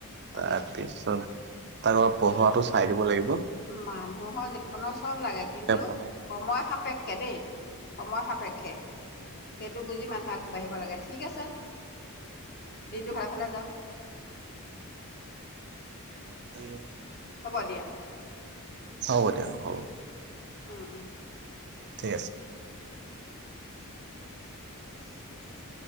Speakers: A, on the left (about 45°); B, on the right (about 50°).
A: অ
B: তাৰপিছত
A: ঠিক
B: তাক অলপ
A: আছে
B: পঢ়োৱাটো চাই দিব লাগি
A: মানুহৰ জীৱনত চব লাগে
B: কেনেকে
A: কিন্তু
B: পঢ়ে
A: সময় সাপেক্ষে দেই। সময় সাপেক্ষে, সেইটো বুজি মানুহে আগবাঢ়িব লাগে, ঠিক আছে। দিনটো ভাল ভালে যাওক
B: বাকে
A: হ'ব দিয়া
B: হ'ব দিয়ক হ'ব।
A: অ অ
B: ঠিক আছে।
A: <inaudible>